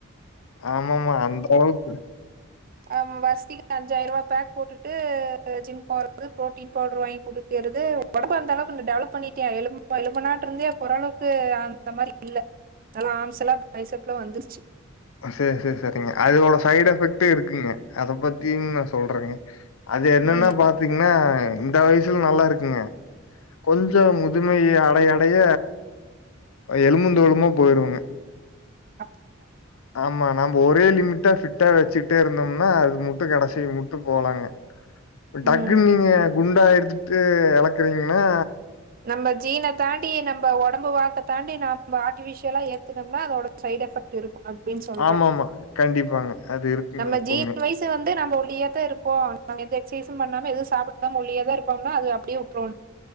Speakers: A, on the left (about 75°); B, on the right (about 45°).
A: ஆமாமா அந்தாவது
B: ஆமா வஸ்திக்குஅஞ்ச ஆயிரம் ரூபா பேக் போட்டுட்டு ஜிம் போறது ப்ரோட்டீன் பவுடர் வாங்கி குடுக்கது உடம்பு அந்த அளவுக்கு டெவலப் பண்ணிட்டே எ எலும்ப நாட்ட இருந்தே போர அளவுக்கு அந்த மாதிரி இல்ல நல்லா ஆம்சல்லா பைசப்ல வந்துருச்சு
A: சரி சரி சரிங்க அதோட சைடு் எஃபெக்ட்டே இருக்குங்க அத பத்திய நான் சொல்றேங்க அது என்னன்னா
B: ம்
A: பாத்தீங்கன்னா இந்த வயசுல நல்லா இருக்குங்க கொஞ்சம் முதுமைைய அடையடைய எலுபுந்தோலுமா போயிருங்க
B: அ
A: ஆமா நம் ஒரே லிமிட்டா ஃபிட்டா வச்சுிட்டே இருந்தோம்னா அது முட்டும் கடைசிய முட்டு போலாங்க டக்கு
B: ம்
A: நீ குண்டா ஆயிடுது ட்டு இலக்குறீங்கன்னா
B: நம்ம ஜீனை தாண்டி நம்ம உடம்பு வாழ்க தாண்டி நம்ம ஆர்ட்டிபிஷியல் எல்லாம் ஏத்தனும்னா அதோட சைட் எஃபக்ட் இருக்கும் அடி அப்படின்னு சொல்றேன்
A: ஆமாமா. கண்டிப்பாங்க. அது இருக்குங்க
B: நம்ம
A: எப்பவுமே.
B: ஜீ வயசு வந்து நம்ம ஒல்லியத்தான் இருப்போம் நாங்க எஃசிஸ் பண்ணாம எது சாப்பிடாம ஒல்லியதான் இருப்ப ப்போம்னா அது அப்படியே விப்புறனு